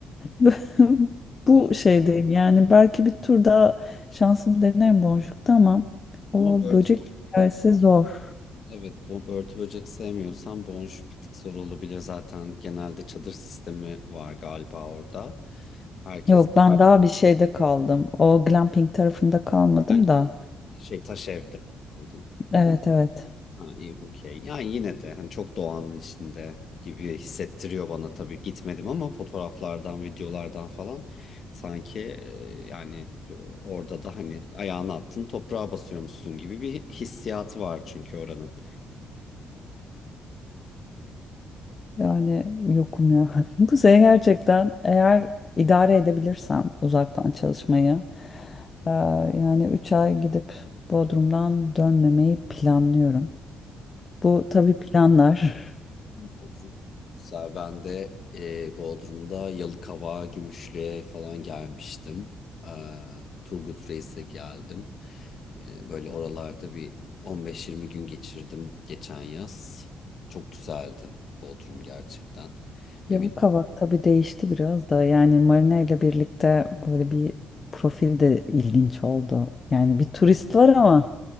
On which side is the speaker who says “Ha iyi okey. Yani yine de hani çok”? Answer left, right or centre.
Left